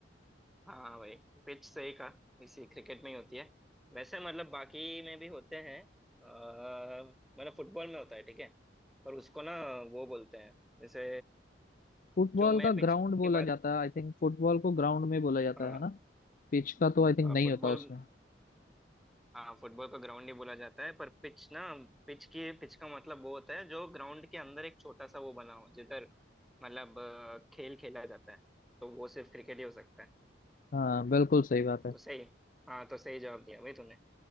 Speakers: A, in the centre; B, on the left.
A: हाँ भाई पिच से ही कहा इसी क्रिकेट में ही होती है वैसे मतलब बाकी में भी होते हैं अह, मतलब फुटबॉल में होता है ठीक है पर उसको ना वो बोलते हैं जैसे
B: फुटबॉल
A: जो मैं
B: का
A: पिच
B: ग्राउंड
A: की
B: बोला
A: बात
B: जाता है आई थिंक फुटबॉल को ग्राउंड में बोला जाता
A: हाँ
B: है ना पिच का तो आई थिंक
A: हाँ
B: नहीं
A: फुटबॉल
B: होता उसमें
A: हाँ फुटबॉल को ग्राउंड ही बोला जाता है पर पिच ना पिच की पिच का मतलब वो होता है जो ग्राउंड के अंदर एक छोटा सा वो बना हो जिधर मतलब अह, खेल खेला जाता है तो वो सिर्फ क्रिकेट ही हो सकता है
B: हाँ बिल्कुल सही बात है
A: तो सही हाँ तो सही जवाब दिया भाई तूने